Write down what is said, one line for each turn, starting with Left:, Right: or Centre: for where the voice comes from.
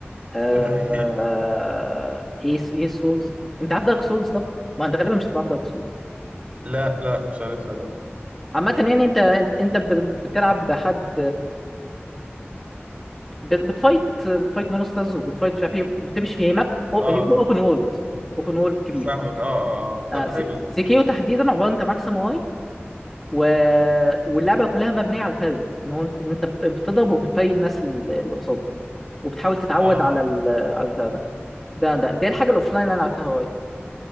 Centre: أه
Right: <laughs>
Centre: ايه ايه سولز انت عارف دارك سولز طب ما انت غالبا مش تبقى عارف دارك سولز
Right: لا لا مش عارفها لا
Centre: عامة يعني انت انت انت ب- بتلعب بحد بت- بتفايت بتفايت مونسترز وبتفايت مش عارف ايه وبت- بتمشي في ماب
Right: اه
Centre: اوبن وورلد اوبن وورلد كبير
Right: فاهمك اه اه اه طب
Centre: آه، س-
Right: حلو
Centre: سيكيو
Right: ده
Centre: تحديدا عباره انت ماكسيم واي و... واللعبه كلها مبنيه على الباري ان هو انت انت بت- بتضرب وبتباري الناس ال- اللي قصادك وبتحاول تتعود
Right: اه
Centre: على
Right: آه.
Centre: ال... على البتاع ده ده ده دي الحاجه الاوفلاين اللي انا لعبتها قريب